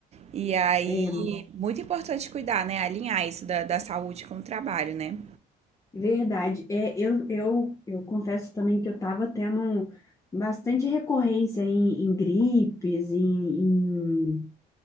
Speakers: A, on the right; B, on the left.
A: E aí,
B: é
A: muito importante cuidar, né? Alinhar isso da, da saúde com o trabalho, né?
B: Verdade. É, eu, eu, eu confesso também que eu estava tendo bastante recorrência em, em gripes, em, em,